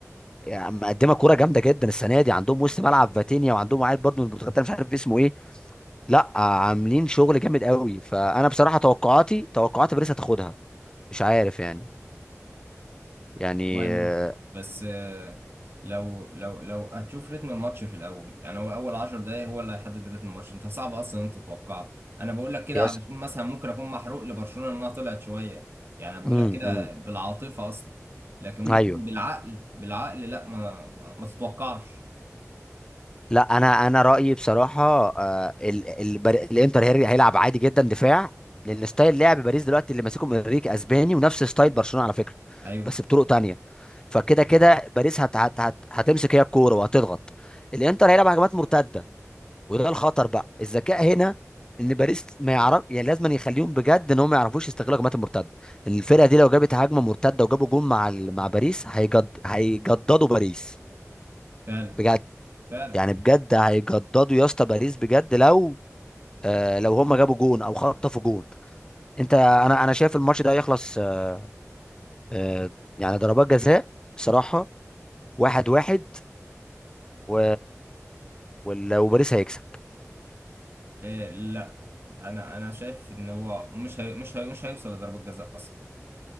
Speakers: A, on the left (about 15°); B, on the right (about 45°).
A: يعني مقدمه كوره جامده جدا السنه دي عندهم وسط ملعب فاتينيا وعندهم واحد برضو من البرتغال ده مش عارف اسمه ايه لا عاملين شغل جامد قوي فانا بصراحه توقعاتي توقعات باريس هتاخدها مش عارف يعني يعني
B: والله ممكن
A: آه،
B: بس آه، لو لو لو هتشوف رتم الماتش في الاول يعني هو اول 10 دقايق هو اللي هيحدد رتم الماتش انت صعب اصلا إن انت تتوقع انا بقول لك كده
A: يس
B: علشان مثلا ممكن اكون محروق لبرشلونة انها طلعت شوية يعني أنا بقول
A: امم
B: لك كده
A: أمم.
B: بالعاطفة اصلا لكن ممكن
A: ايوه
B: بالعقل بالعقل لا ما ما, ما تتوقعش
A: لا انا انا رايي بصراحه آه، ال... ال... بر- الانتر هي- هيلعب عادي جدا دفاع لان ستايل لعب باريس دلوقتي اللي ماسكهم انريكي اسباني ونفس ستايل برشلونه على فكره
B: ايوه
A: بس بطرق تانية فكده كده باريس هت... هت... هت... هتمسك هي الكوره وهتضغط الانتر هيلعب هجمات مرتده وده الخطر بقى الذكاء هنا ان باريس ما يعرف يعني لازم يخليهم بجد ان هم ما يعرفوش يستغلوا هجمات المرتده الفرقه دي لو جابت هجمه مرتده وجابوا جون مع ال... مع باريس هيجد... هيجددوا باريس
B: فعلا
A: بجد
B: فعلا
A: يعني بجد هيجددوا يا اسطى باريس بجد لو آه لو هم جابوا جون او خطفوا جون انت انا
B: آه،
A: انا شايف الماتش ده يخلص آه آه، يعني ضربات جزاء بصراحه واحد واحد و... ولو باريس هيكسب
B: إيه لا انا انا شايف ان هو مش هي مش هي مش هيوصل لضربة جزاء اصلا